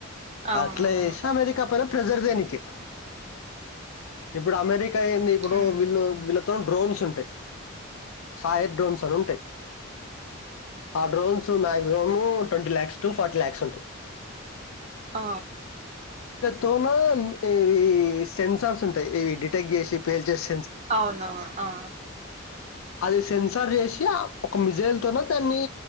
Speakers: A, on the right (about 30°); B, on the left (about 75°).
A: అవునవును
B: అట్ల ఏషి అమెరికా పద ప్రెజర్ దేనికి ఇప్పుడు అమెరిక్ కైయింది ఇప్పుడు
A: ఉమ్
B: వీళ్ళు త్తం డ్రోన్స్ ఉంటాయి. సాయ డ్రోన్స్ అని ఉంటాయి ఆ డ్రోన్స్ మ్యా రోము twenty lakhs to forty lakhs ఉంట
A: ఆ
B: తుమా లేమ్ ఇవి సెన్సార్స్ ఉంటాయి ఇవి డిటెక్ట్ చేసి పేల్చేసి
A: అవునవును ఆ
B: అది సెన్సార్ చేసి ఆ ఒక మిజైల్ తోనోతన్ని